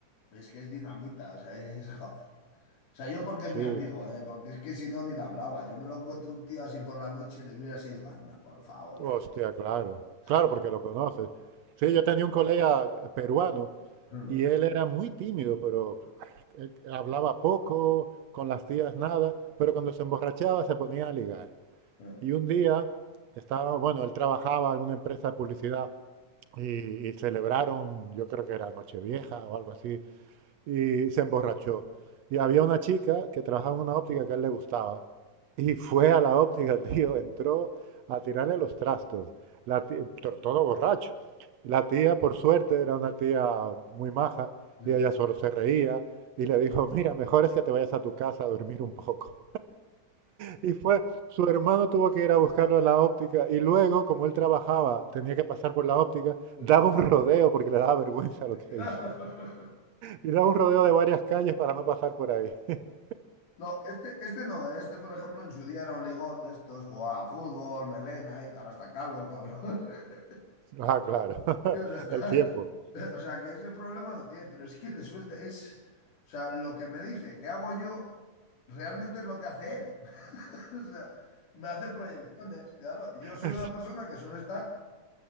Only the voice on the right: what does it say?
Sí,
hostia, claro.
Claro, porque lo conoces. Sí,
yo tenía un colega eh, peruano
Y él era muy tímido, pero eh, hablaba poco, con las tías nada, pero cuando se emborrachaba se ponía a ligar.
Y un día estaba, bueno, él trabajaba en una empresa de publicidad y, y celebraron, yo creo que era Nochevieja o algo así, y se emborrachó. Y había una chica que trabajaba en una óptica que a él le gustaba. Y fue a la óptica, <laughs> tío, entró a tirarle los trastos, la tía- todo borracho. La tía, por suerte, era una tía muy maja
y ella solo se reía y le dijo, mira, mejor es que te vayas a tu casa a dormir un poco. Y fue, su hermano tuvo que ir a buscarlo a la óptica y luego, como él trabajaba, tenía que pasar por la óptica,
daba un rodeo porque le daba vergüenza lo que
hizo. Y da un rodeo de varias calles para no pasar por ahí. <laughs>
Ah, claro.
<laughs>
El tiempo.
Es-